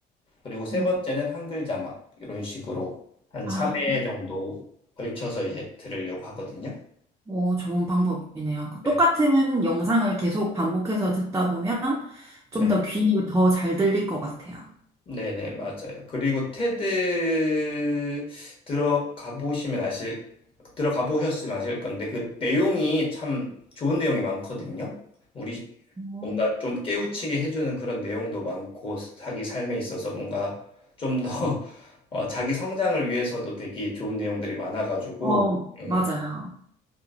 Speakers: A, on the left; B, on the right.
A: 그리고 세
B: 음.
A: 번째는 한글 자막 이런 식으로 한
B: 아,
A: 3회 정도 걸쳐서 이제 들으려고 하거든요.
B: 오, 좋은 방법이네요. 그
A: 네,
B: 똑같은 영상을 계속 반복해서 듣다 보면 좀
A: 네,
B: 더 귀에 더 잘 들릴 것 같아요.
A: 네, 네, 맞아요. 그리고 테드 들어가 보시면 아실 들어가 보셨으면 아실 건데 그 내용이 참 좋은 내용이 많거든요. 우리
B: 음.
A: 뭔가 좀 깨우치게 해주는 그런 내용도 많고 자기 삶에 있어서 뭔가 좀 더 <laughs> 어, 자기 성장을 위해서도 되게 좋은 내용들이 많아가지고
B: 어,
A: 음,
B: 맞아요.